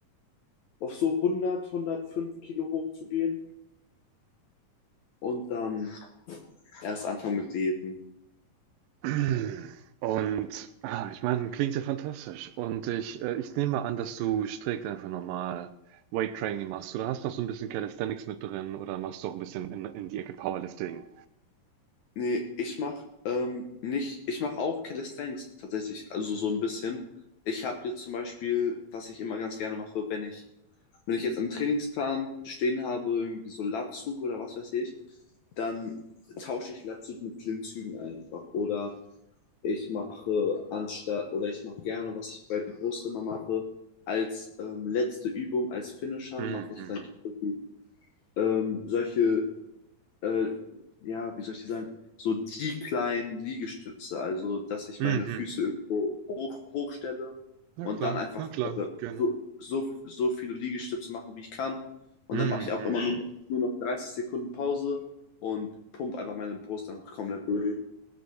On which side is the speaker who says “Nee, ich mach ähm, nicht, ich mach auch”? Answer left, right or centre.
Left